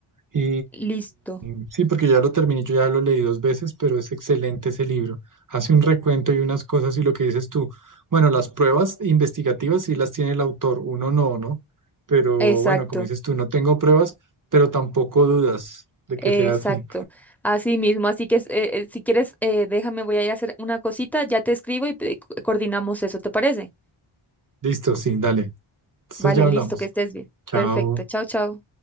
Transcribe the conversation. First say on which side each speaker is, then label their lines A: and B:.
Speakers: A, on the right; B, in the centre.
A: Y,
B: Listo.
A: y sí, porque ya lo terminé, yo ya lo leí dos veces, pero es excelente ese libro. Hace un recuento y unas cosas y lo que dices tú. Bueno, las pruebas investigativas sí las tiene el autor, uno no, ¿no? Pero
B: Exacto.
A: bueno, como dices tú, no tengo pruebas, pero tampoco dudas de
B: Exacto,
A: que sea así.
B: así mismo. Así que eh, eh, si quieres, eh, déjame, voy a ir a hacer una cosita, ya te escribo y eh, co- coordinamos eso, ¿te parece?
A: Listo, sí, dale. Entonces
B: Vale,
A: ya hablamos.
B: listo, que estés bien.
A: Chao.
B: Perfecto, chao, chao.